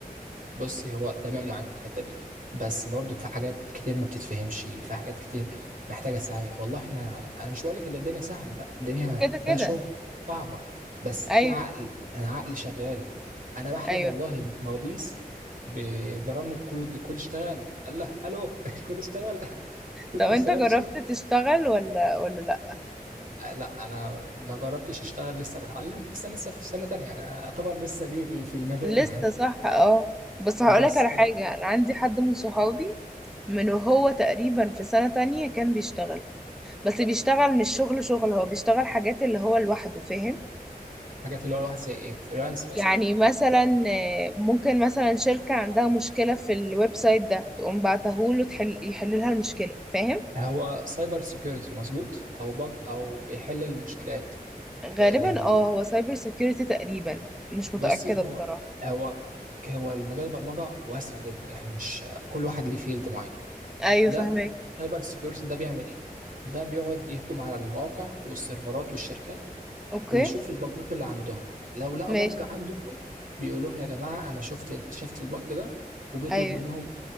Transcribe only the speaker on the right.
بصي هو تمام معاك في الحته دي بس برضك في حاجات كتير ما بتتفهمش في حاجات كتير محتاجه سعي والله احنا انا مش بقول لك ان الدنيا سهله لا الدنيا
فيها شغل صعبه بس
في عقل انا عقلي شغال انا بحلم
والله بالكوابيس ب- برن الكود الكود اشتغل قال له الو <laughs> الكود اشتغل الكود
ما
اشتغلش
آه، لا انا ما جربتش اشتغل لسه بتعلم بس انا لسه في سنه تانية انا اعتبر لسه بيبي في المجال
يعني
بس
حاجات اللي هو الواحد زي ايه فريلانس مثلا
هو سايبر سيكيورتي مظبوط او بج او بيحل المشكلات آه،
لل
بصي هو
هو هو المجال البرمجه واسع جدا يعني مش كل واحد ليه فيلد معين
ده
سايبر سيكيورتي ده بيعمل ايه ده بيقعد يهجم على المواقع والسيرفرات والشركات
ويشوف البجات اللي عندهم لو لقى
بج عندهم بيقول لهم يا جماعة أنا شفت اكتشفت البج ده وبيطلب
منهم